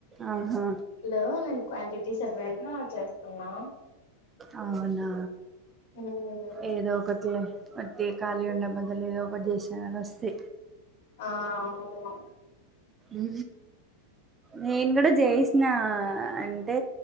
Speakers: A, on the right; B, on the left.
A: ఆహా
B: హలో నేను క్వాంటిటీ సర్వేర్గా చేస్తున్నా
A: అవునా
B: ఉమ్
A: ఏదోక్ అట్టే ఖాళీ ఉండే బదులు ఏదో ఒకటి చేసానని వస్తే
B: ఆ అవును
A: ఉ నేను కూడా చేయిసిన అంటే